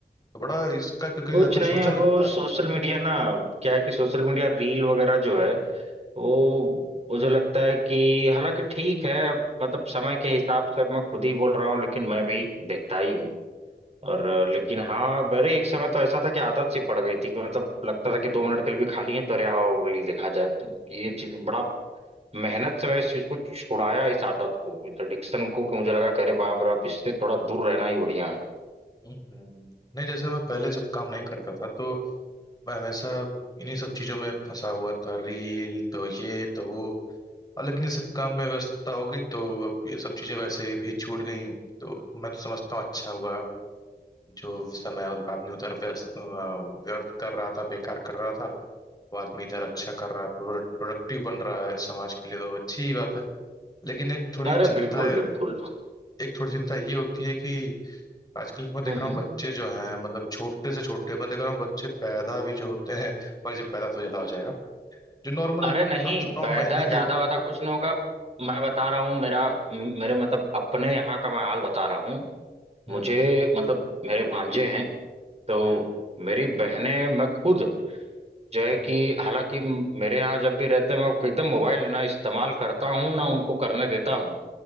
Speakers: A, on the left (about 20°); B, on the right (about 40°).
A: तो बड़ा इसका क- कई
B: कुछ
A: आदमी
B: नहीं
A: सोचने
B: अब
A: लगता
B: वो
A: है
B: सोशल मीडिया ना क्या है कि सोशल मीडिया रील वगैरह जो है वो मुझे लगता है कि हालांकि ठीक है अब मतलब समय के हिसाब से अब मैं खुद ही बोल रहा हूँ लेकिन मैं भी देखता ही हूँ और अ, लेकिन हाँ मेरे एक समय तो ऐसा था कि आदत सी पड़ गई थी कि मतलब लगता था कि दो मिनट के लिए भी खाली है तो अरे आओ रील देखा जाए ये चीज बड़ा मेहनत से मैं इस चीज को छुड़ाया इस आदत को इस एडिक्शन को कि मुझे लगा कि अरे बाप रे बाप इससे थोड़ा दूर रहना ही बढ़िया है
A: हम्म, नहीं जैसे मैं पहले जब काम नहीं करता था तो मैं हमेशा इन्हीं सब चीजों में फंसा हुआ था रील तो ये तो वो और लेकिन ये सब काम में व्यस्तता हो गई तो अब ये सब चीजें वैसे ही भी छूट गई तो मैं तो समझता हूँ अच्छा हुआ जो समय आदमी उधर व्यस्त अ, व्यर्थ कर रहा था बेकार कर रहा था वो आदमी इधर अच्छा कर रहा है प्रोडक्टिव बन रहा है समाज के लिए तो अच्छी ही बात है लेकिन एक थोड़ी
B: अरे
A: चिंता
B: बिल्कुल बिल्कुल
A: एक थोड़ी चिंता ये होती है कि आजकल मैं देख
B: हम्म
A: रहा
B: हम्म
A: हूँ बच्चे जो हैं मतलब छोटे से छोटे मैं देख रहा हूँ बच्चे पैदा भी जो होते हैं पर जब पैदा तो ज्यादा हो जाएगा जो नॉर्मल
B: अरे नहीं
A: आठ नौ
B: पैदा
A: महीने
B: ज्यादा
A: के
B: वादा कुछ नहीं होगा मैं बता रहा हूँ मेरा म- मेरे मतलब अपने यहाँ का मैं हाल बता रहा हूँ
A: हम्म
B: मुझे मतलब मेरे भांजे हैं तो
A: हम्म
B: मेरी बहनें मैं खुद जो है
A: हम्म
B: कि हालांकि मेरे यहाँ जब भी रहते हैं मैं एकदम मोबाइल ना इस्तेमाल करता हूँ ना उनको करने देता हूँ